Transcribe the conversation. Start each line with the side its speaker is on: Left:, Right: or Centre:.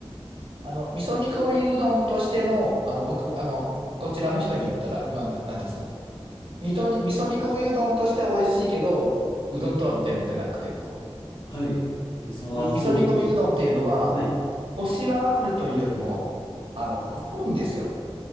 Right: あの、味噌煮込みうどんとしての、あの、僕、あの、こちらの人に言ったら、今な、なんていうんですかね。味噌煮、味噌煮込みうどんとしては美味しいけど、うどんとは認めてなくて、僕も。
Left: はい。理想、
Right: う、
Left: ああ、
Right: 味噌煮込みうどんっていうのは、
Left: そういうことです。はい。
Right: コシはあるというよりも、あの、硬いんですよ。